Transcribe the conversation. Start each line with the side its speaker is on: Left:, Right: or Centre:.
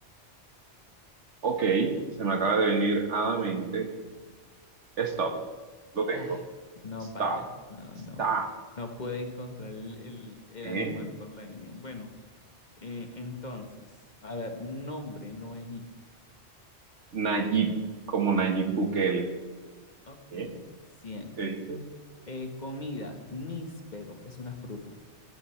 Right: Ok, se me acaba de venir a la mente. Stop. Lo tengo.
Left: ah, no,
Right: Stop.
Left: baila, no,
Right: Stop.
Left: no, no puede encontrar el, el- el
Right: ¿Eh?
Left: animal por la N. Bueno. Eh, entonces, a ver, nombre, Noemí.
Right: Nayib, como Nayib Bukele.
Left: Ok,
Right: ¿Eh?
Left: cien,
Right: ¿Te dice?
Left: Eh, comida, níspero, es una fruta.